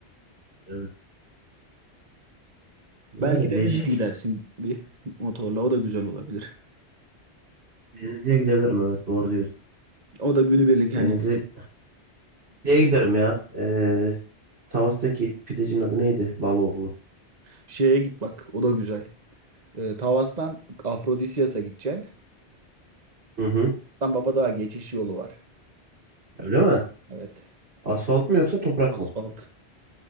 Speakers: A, on the right; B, on the right.
A: Evet. Yani
B: Belki denize
A: değişik.
B: gidersin bir motorla. O da güzel olabilir.
A: Denizli'ye gidebilirim evet doğru diyorsun.
B: O da günübirlik hani
A: Denizli Şeye giderim ya. Ee, Tavas'taki pidecin adı neydi? Baloğlu.
B: şeye git bak. O da güzel. Ee, Tavas'tan Afrodisyas'a gideceksin.
A: Hı hı.
B: Tam Babadağ geçiş yolu var.
A: Öyle mi?
B: Evet.
A: Asfalt mı yoksa toprak
B: Asfalt.
A: mı?